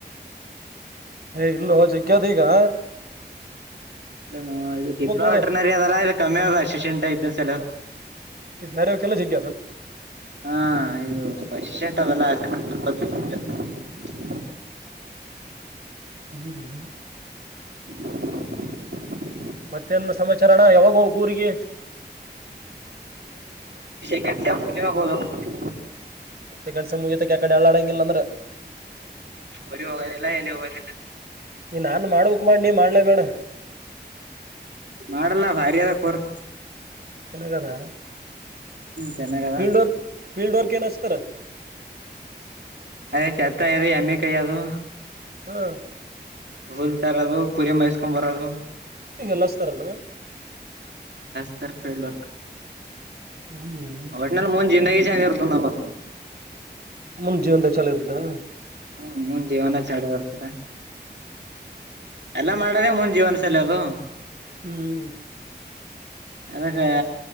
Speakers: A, on the right (about 60°); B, on the right (about 80°).
A: ಏ ಇಲ್ಲೋ ಜಗ್ಗ್ಯದ ಈಗಾ
B: ಇದನೋ ಇದು ಡಿಪ್ಲೊಮ್
A: ನೋಡ
B: ವೆಟ್ರನರಿ ಅದಲ್ಲ ಇದು ಕಮ್ಮಿ ಅದಾ ಅಸಿಸೆಂಟ್ ಇದ್ದಿ ಸಲ್ಯಕ್
A: <unintelligible> ಜೆಗ್ಗಿ
B: ಹಾ ಇದು <unintelligible> <unintelligible>
A: ಹ್ಮಹ್ಮ
B: <inaudible>
A: ಮತ್ತೆನ್ನ ಸಮಾಚಾರಣ್ಣ ಯಾವಾಗ ಹೋಗ್ಬೇಕ ಊರಿಗಿ
B: ಎಕ್ಸಾಮ್ ಮುಗಿದೀಮ್ಯಾಗ್ ಹೋಬೇಕ ಊರಿಗಿ
A: ಮತ್ತೆ ಕೆಲ್ಸ ಮುಗಿತಕ್ಕೆ ಆ ಕಡೆ ಅಳ್ಳಾಡಂಗಿಲ್ಲ ಅಂದ್ರ
B: ಊರಿಗ ಹೋಗದಿಲ್ಲ ಎಲ್ಲಿ ಹೋಗದಿಲ್ಲ
A: ನೀ ನಾನ್ ಮಾಡ್ಬೇಕ್ ಮಾಡಿ ನೀ ಮಾಡ್ಲೇಬೇಡ
B: ಮಾಡಲ್ಲ ಭಾ ಏದಾ ಕೊರ್
A: ನನಗ ಅದಾ
B: ಚೆನ್ನಾಗದ
A: ಫೀಲ್ಡ್ ವರ್ಕ್ ಫೀಲ್ಡ್ ವರ್ಕ್ ಎನ್ ಹಸ್ತಾರ್
B: ಅದೆ <unintelligible> ಎಮ್ಮಿ ಕೈಯದು
A: ಹ್ಮ್
B: ಹುಲ್ ತರದು ಕುರಿ ಮೈಸ್ಕೊಂಡ್ ಬರೋದು
A: ಹಿಂಗ್ ಎಲ್ಲಾ ಹಸ್ತಾರನ
B: ಹಸ್ತಾರ್ ಫೀಲ್ಡ್ ವರ್ಕ್
A: ಹ್ಮ್
B: ಒಟ್ಟನಲ್ ಮುಂದ್ ಜಿಂದಗಿ <unintelligible> ಆಗಿರ್ತದ ನಮ್ದು
A: ಮುಂದ್ ಜೀವನದಗ ಚಲೋ ಇರದನ
B: ಹ್ಮ್ ಮುಂದ್ ಜೀವನ ಚಲೋ ಇರ್ತದ ಎಲ್ಲಾ ಮಾಡದೆ ಮುಂದ ಜೀವನ ಸಲ್ಯಾದು
A: ಹ್ಮ್
B: ಅದಕ್ಕ